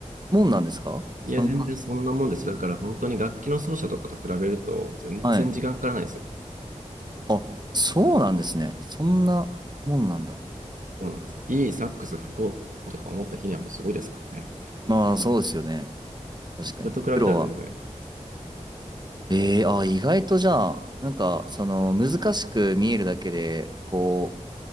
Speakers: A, on the right (about 35°); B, on the right (about 85°).
A: もんなんですか参加。
B: いや、全然そんなもんです。だから本当に楽器の奏者とかと比べると、全然時間かからないですよ。
A: はい。あ、そうなんですね。そんなもんなんだ。
B: うんいいサックス吹こうとか思った日にはもうすごいですからね。
A: まあ、そうですよね。確かに。
B: これと比べたら全然。
A: プロは。ええあ、意外とじゃあ、なんか、その、難しく見えるだけで、こう、